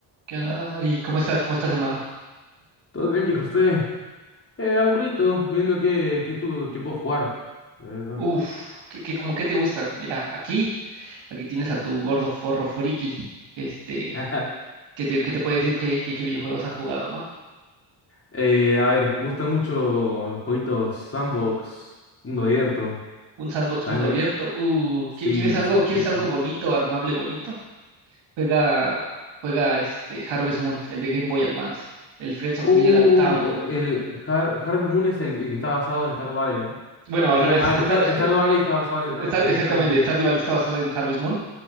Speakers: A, on the right; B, on the left.
A: ¿Qué onda, Ari? ¿Cómo estás? ¿Cómo estás, hermano?
B: Todo tranqui, José. Eh, aburrito, viendo qué, qué, estuvo, qué puedo jugar, la verdad.
A: Uf, ¿qué, qué, cómo que te gustan? Mira, aquí, aquí tienes a tu gordo forro friki, que este,
B: <laughs>
A: que te, que te puede decir qué, qué, qué videojuegos ha jugado, ¿no?
B: Eh, a ver, me gustan mucho los jueguitos sandbox, mundo abierto.
A: Un sandbox
B: ¿Sabes?
A: mundo abierto. Uh,
B: Sí,
A: ¿qui- ¿quieres algo,
B: sí, sí,
A: quieres
B: sí.
A: algo bonito, armable, bonito? Juega, juega este Harvest Moon, el de Game Boy Advance, el Friends of
B: Uh,
A: Mineral Town.
B: eh, eh, Har- Harvest Moon es el, el que está basado en Stardew Valley, ¿no?
A: Bueno,
B: El,
A: al revés,
B: eh, ah,
A: está,
B: Har- Stardew Valley está basado
A: Está-
B: en Har-
A: exactamente,
B: <laughs> Harvest Moon.
A: Stardew Valley está basado en Harvest Moon.